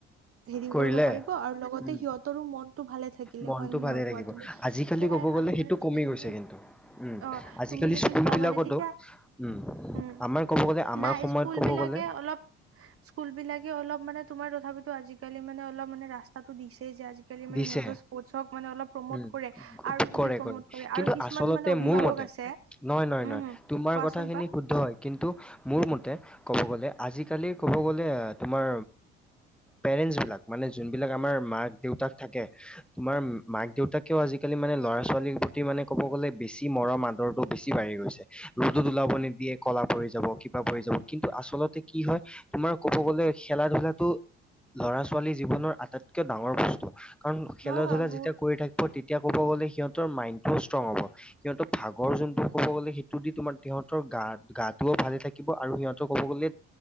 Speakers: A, on the right; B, in the centre.
A: হেৰি
B: কৰিলে
A: কৰিব পাৰিব, আৰু লগতে
B: উম,
A: সিহঁতৰো মনতটো ভালে থাকিলে
B: মনটো
A: হয়ে
B: ভালে
A: নহয়
B: থাকিব
A: কোৱা তুমি?
B: আজিকালি
A: সেয়াই,
B: ক'ব গ'লে
A: আৰু
B: সেইটো
A: মানে
B: কমি গৈছে
A: তুমি
B: কিন্তু উম,
A: অ'
B: আজিকালি
A: তুমি যদি
B: স্কুল
A: কোৱা
B: বিলাকতো
A: মানে তেতিয়া,
B: উম,
A: উ
B: আমাৰ ক'ব গ'লে আমাৰ
A: নাই
B: সময়ত
A: স্কুল
B: ক'ব
A: বিলাকে
B: গ'লে
A: অলপ স্কুল বিলাকে অলপ মানে তোমাৰ তথাপিতো আজিকালি মানে অলপ মানে ৰাস্ত তো দিছে যে আজিকালি
B: দিছে
A: মানে সিহঁতৰ স্পৰ্টচক মানে অলপ প্ৰমোট
B: উম,
A: কৰে। আৰু
B: কৰে
A: যদি প্ৰমোট কৰে
B: কিন্তু
A: আৰু কিছুমান
B: আচলতে
A: মানে অভিভাৱক
B: মোৰ মতে
A: আছে।
B: নহয়, নহয়,
A: উম
B: নহয়।
A: হম
B: তোমাৰ
A: কোৱাচোন
B: কথাখিনি
A: কোৱা
B: শুদ্ধ হয়। কিন্তু মোৰ মতে ক'ব গ'লে আজিকালি ক'ব গ'লে, তোমাৰ পেৰেণ্টছবিলাক মানে যোনবিলাক আমাৰ মাক দেউতাক থাকে তোমাৰ মাক দেউতাকেও আজিকালি মানে ল'ৰা ছোৱালীৰ প্ৰতি মানে ক'ব গ'লে বেছি মৰম আদৰ বেছি বাঢ়ি গৈছে। ৰ'দত ওলাব নিদিয়ে ক'লা পৰি যাব কিবা পৰি যাব, কিন্তু আচলতে কি হয়। তোমাৰ ক'ব গ'লে খেলা ধূলাটো ল'ৰা ছোৱালী জীৱনৰ আটাইতকৈ ডাঙৰ বস্তু। কাৰণ খেলা
A: হয় হয়
B: ধূলা
A: বহুত
B: যেতিয়া কৰি থাকিব তেতিয়া ক'ব গ'লে সিহঁতৰ মাইণ্ড টোও ষ্ট্ৰং হ'ব। সিহঁতৰ ভাগৰ যোনটো ক'ব গ'লে সেইটো দি তোমাৰ সিহঁতৰ গা গাটোও ভালে থাকিব, আৰু সিহঁতৰ ক'ব গ'লে